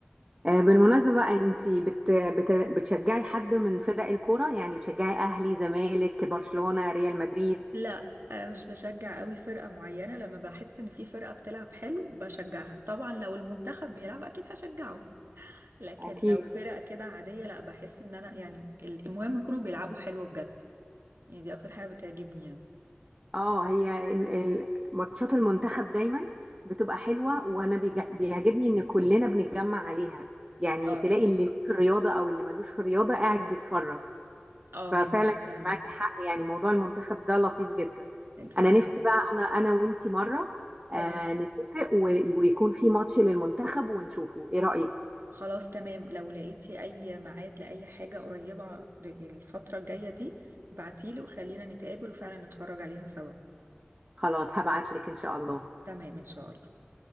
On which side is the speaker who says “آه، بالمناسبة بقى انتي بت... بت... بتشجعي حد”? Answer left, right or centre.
Right